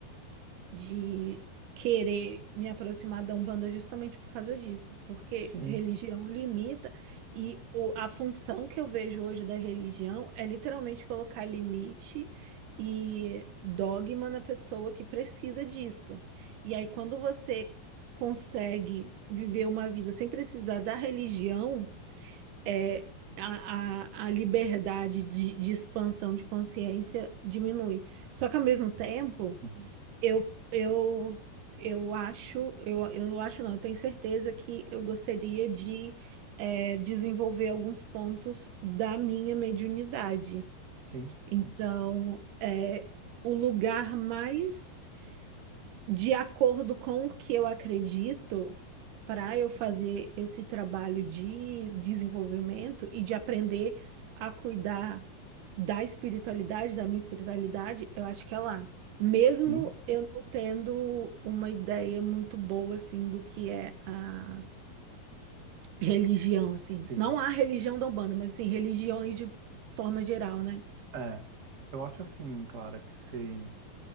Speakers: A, on the right; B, on the right.
A: de querer me aproximar da Umbanda justamente por causa disso, porque
B: sim,
A: religião limita e o- a função que eu vejo hoje da religião é literalmente colocar limite e dogma na pessoa que precisa disso. E aí, quando você consegue viver uma vida sem precisar da religião, é. A, a, a liberdade de de expansão de consciência diminui. Só que ao mesmo tempo,
B: uhum,
A: eu, eu, eu acho, eu, eu acho não, eu tenho certeza que eu gostaria de eh, desenvolver alguns pontos da minha mediunidade.
B: Sim, sim,
A: Então, é o lugar mais de acordo com o que eu acredito, para eu fazer esse trabalho de desenvolvimento e de aprender a cuidar da espiritualidade, da minha espiritualidade, eu acho que é lá. Mesmo
B: sim,
A: eu não tendo uma ideia muito boa assim do que é a religião assim.
B: sim,
A: Não a religião da Umbanda, mas assim, religiões de forma geral, né?
B: é, eu acho assim, Clara, que se,